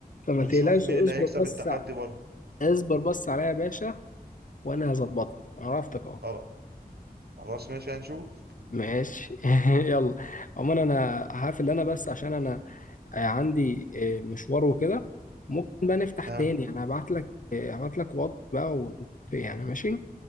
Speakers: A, on the left; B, on the right.
A: فما
B: ونشوف
A: تقلقش
B: مين
A: اصبر
B: اللي هيكسب
A: بس
B: التحدي
A: ع-
B: برضه
A: اصبر بس عليا يا باشا وانا هظبطها عرفتك اهو
B: خلاص خلاص ماشي هنشوف
A: ماشي <laughs> يلا عموما انا هقفل انا بس عشان انا آه، عندي آه، مشوار وكده ممكن بقى نفتح
B: تمام
A: تاني انا هبعت لك آه، هبعت لك واتس بقى ون- يعني ماشي